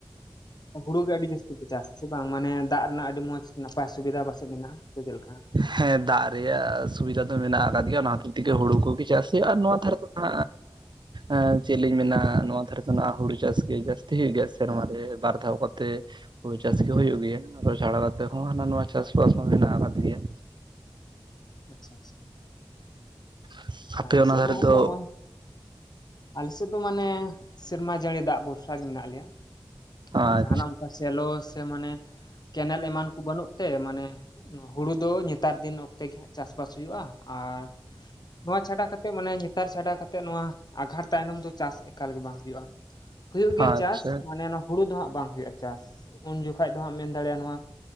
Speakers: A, on the left; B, on the right.
A: ᱦᱩᱲᱩ ᱜᱮ ᱟᱹᱰᱤ ᱡᱟᱹᱥᱛᱤ ᱯᱮ ᱪᱟᱥᱟ ᱥᱮ ᱵᱟᱝ ᱢᱟᱱᱮ ᱫᱟᱜ ᱨᱮᱱᱟᱜ ᱟᱹᱰᱤ ᱢᱚᱸᱡᱽ ᱱᱟᱯᱟᱭ ᱥᱩᱵᱤᱫᱷᱟ ᱯᱟᱥᱮᱡ ᱢᱮᱱᱟᱜᱼᱟ᱾ ᱥᱮ ᱪᱮᱫ ᱞᱮᱠᱟ ᱦᱟᱸᱜ?
B: ᱦᱮᱸ ᱫᱟᱜ ᱨᱮᱭᱟᱜ ᱥᱩᱵᱤᱫᱷᱟ ᱫᱚ ᱢᱮᱱᱟᱜ ᱟᱠᱟᱫ ᱜᱮᱭᱟ ᱚᱱᱟ ᱦᱚᱛᱮᱡ ᱛᱮᱜᱮ ᱦᱩᱲᱩ ᱠᱚᱜᱮ ᱪᱟᱥ ᱦᱩᱭᱩᱜᱼᱟ, ᱟᱨ ᱱᱚᱣᱟ ᱫᱷᱟᱨᱮ ᱱᱤᱛᱚᱜ ᱫᱚ ᱦᱟᱜ ᱪᱮᱫ ᱞᱤᱧ ᱢᱮᱱᱟ ᱱᱚᱣᱟ ᱫᱷᱟᱨᱮ ᱫᱚ ᱦᱩᱲᱩ ᱪᱟᱥ ᱜᱮ ᱡᱟᱹᱥᱛᱤ, ᱦᱩᱭᱩᱜ ᱜᱮᱭᱟ ᱥᱮᱨᱢᱟᱨ ᱨᱮ ᱵᱟᱨ ᱫᱷᱟᱣ ᱠᱟᱛᱮ᱾ ᱦᱩᱲᱩ ᱪᱟᱥ ᱜᱮ ᱦᱩᱭᱩᱜ ᱜᱮᱭᱟ, ᱟᱫᱚ ᱪᱷᱟᱲᱟ ᱠᱟᱛᱮᱫ ᱦᱚᱸ ᱦᱟᱱᱟ ᱱᱚᱣᱟ ᱪᱟᱥᱵᱟᱥ ᱦᱚᱸ ᱢᱮᱱᱟᱜ ᱟᱠᱟᱫ ᱜᱮᱭᱟ᱾
A: ᱟᱪᱪᱷᱟ ᱟᱪᱪᱷᱟ᱾
B: <inaudible> ᱟᱯᱮ
A: ᱟᱞᱮ
B: ᱚᱱᱟ
A: ᱥᱮᱫ
B: ᱫᱷᱟᱨᱮ
A: ᱢᱟ ᱮᱱᱛᱮᱫ
B: ᱫᱚ
A: ᱱᱚᱜᱼᱚᱭ ᱟᱞᱮ ᱥᱮᱫ ᱫᱚ ᱢᱟᱱᱮ ᱥᱮᱨᱢᱟ ᱡᱟᱹᱲᱤ ᱫᱟᱜ ᱵᱷᱚᱨᱥᱟ ᱜᱮ ᱢᱮᱱᱟᱜ ᱞᱮᱭᱟ᱾ <inaudible>
B: ᱟᱪᱪᱷᱟ
A: ᱟᱨ ᱡᱟᱦᱟᱱᱟᱜ ᱚᱱᱠᱟ ᱥᱮᱞᱚ ᱥᱮ ᱢᱟᱱᱮ ᱠᱮᱱᱮᱞ ᱮᱢᱟᱱ ᱠᱚ ᱵᱟᱹᱱᱩᱜ ᱛᱮ ᱢᱟᱱᱮ ᱦᱩᱲᱩ ᱫᱚ ᱱᱮᱛᱟᱨ ᱫᱤᱱ ᱚᱠᱛᱮ ᱜᱮ ᱦᱟᱜ ᱪᱟᱥᱵᱟᱥ ᱦᱩᱭᱩᱜ-ᱟ᱾ ᱟᱨ ᱱᱚᱣᱟ ᱪᱷᱟᱰᱟ ᱠᱟᱛᱮᱜ ᱢᱟᱱᱮ ᱱᱮᱛᱟᱨ ᱪᱷᱟᱰᱟ ᱠᱟ ᱮᱱᱛᱮᱫ ᱱᱚᱣᱟ ᱟᱜᱷᱟᱲ ᱛᱟᱭᱱᱚᱢ ᱫᱚ ᱪᱟᱥ ᱮᱠᱟᱞ ᱜᱮ ᱵᱟᱝ ᱦᱩᱭᱩᱜ-ᱟ᱾ ᱦᱩᱭᱩᱜ ᱜᱮᱭᱟ
B: ᱟᱪᱪᱷᱟ
A: ᱪᱟᱥ ᱢᱟᱱᱮ ᱦᱩᱲᱩ ᱫᱚ ᱦᱟᱸᱜ ᱵᱟᱝ ᱦᱩᱭᱩᱜ-ᱟ ᱪᱟᱥ᱾ ᱩᱱ ᱡᱚᱠᱷᱟᱡ ᱫᱚ ᱦᱟᱸᱜ ᱢᱮᱱ ᱫᱟᱲᱮᱭᱟᱜ-ᱟ ᱱᱚᱣᱟ